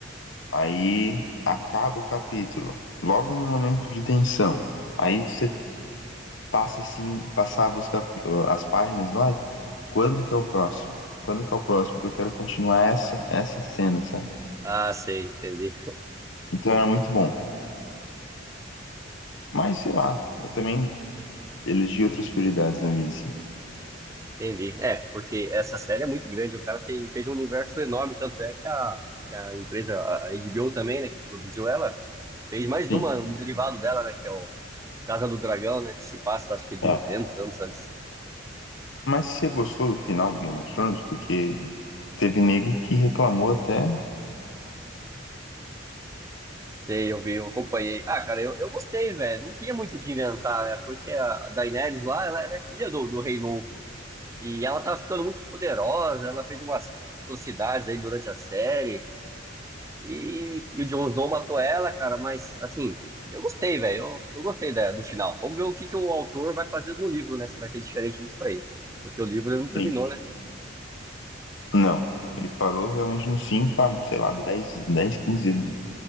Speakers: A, on the left; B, on the right.
A: Aí acaba o capítulo. Logo no momento de tensão. Aí você passa assim, passava os cap, as páginas, vai. Quando que é o próximo? Quando que é o próximo? Porque eu quero continuar essa essa cena, sabe?
B: Ah, sei, entendi.
A: Então era muito bom. Mas sei lá, eu também elegi outras prioridades na vida, assim.
B: Entendi. É, porque essa série é muito grande, o cara tem, fez um universo enorme, tanto é que a, que a empresa, a a HBO também, né, que produziu ela, fez mais
A: Sim.
B: uma, um derivado dela, né, que é o Casa do Dragão, né, que se passa, acho que 200
A: É.
B: anos antes.
A: Mas você gostou do final do Game of Thrones? Porque teve nego que reclamou até.
B: Sei, eu vi, eu acompanhei. Ah, cara, eu, eu gostei, velho. Não tinha muito o que inventar, né? Porque a Daenerys lá, ela, ela é filha do, do Rei Louco. E ela tava ficando muito poderosa, ela fez umas atrocidades aí durante a série. E, e o Jon Snow matou ela, cara, mas assim, eu gostei, velho. Eu, eu gostei da- do final. Vamos ver o que, que o autor vai fazer no livro, né? Se vai ser diferente disso aí. Porque o livro ele não terminou,
A: Sim.
B: né?
A: Não, ele parou realmente nos 5 a, sei lá, dez, dez, 15 anos,